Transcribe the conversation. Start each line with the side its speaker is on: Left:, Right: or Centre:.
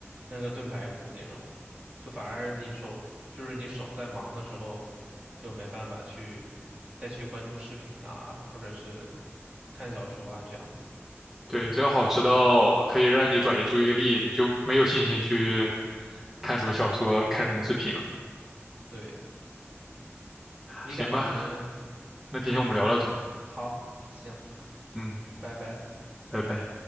Right: 那个炖排骨那种，就反而你手就是你手在忙的时候，就没办法去再去关注视频啊，或者是看小说啊这样子。
Centre: 对，只要好吃到可以让你转移注意力，你就没有信心去看什么小说、看什么视频了。
Right: 对，你感觉，
Centre: 行吧，那今天我们聊到这，
Right: 嗯，好，行，
Centre: 嗯，
Right: 拜拜。
Centre: 拜拜。